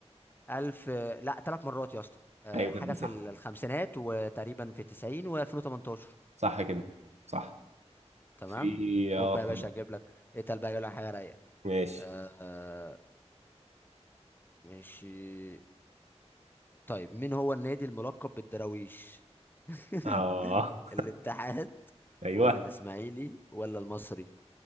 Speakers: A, on the left; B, on the right.
A: الف لا ثلاث مرات يا اسطى أه،
B: ايوه
A: حاجه
B: كده
A: في
B: صح
A: الخمسينات وتقريبا في 90 و2018
B: صح كده صح
A: تمام
B: في اه
A: خد بقى
B: في
A: يا باشا اجيب لك اتقل بقى اجيب لك حاجه رايقه
B: ماشي
A: أه أه ماشي طيب مين هو النادي الملقب بالدراويش <laughs>
B: اه
A: الاتحاد
B: ايوه
A: ولا الاسماعيلي ولا المصري